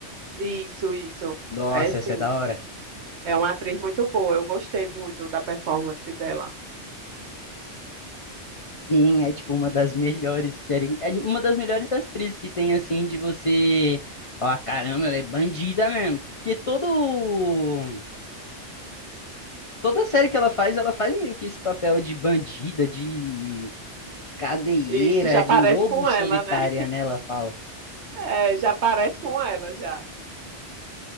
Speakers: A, on the right (about 65°); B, on the left (about 50°).
A: Isso, isso.
B: Nossa,
A: É sim.
B: essa é da hora.
A: É uma atriz muito boa. Eu gostei muito da performance dela.
B: Sim, é tipo uma das melhores séries, é uma das melhores atrizes que tem assim de você falar, caramba, ela é bandida mesmo, porque todo toda série que ela faz, ela faz meio que esse papel de bandida, de cadeieira,
A: Isso já parece
B: de lobo
A: com
B: solitária,
A: ela, né?
B: né, ela fala.
A: É, já parece com ela, já.